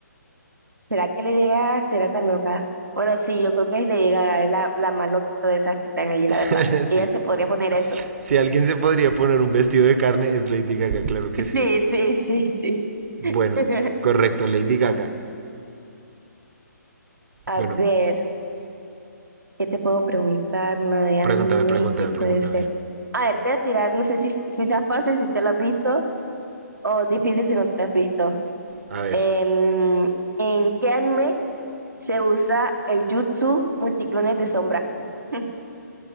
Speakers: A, on the right; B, on the right.
A: ¿Será que le llega? ¿Será tan loca? Bueno, sí, yo creo que es le llega la, la más loquita de esas que están allí, la
B: <laughs>
A: verdad.
B: Sí,
A: Ella se podría poner eso.
B: si alguien se podría poner un vestido de carne es Lady Gaga, claro que
A: <laughs> Sí,
B: sí.
A: sí, sí, sí.
B: Bueno,
A: <laughs>
B: correcto, Lady Gaga.
A: A
B: Bueno,
A: ver. ¿Qué te puedo preguntar? Una de anime,
B: pregúntame, pregúntame,
A: ¿qué puede
B: pregúntame.
A: ser? A ver, te voy a tirar, no sé si, si sea fácil, si te lo has visto, o difícil si no te lo has visto.
B: A ver,
A: Em, ¿en qué anime se usa el jutsu multiclones de sombra? <laughs>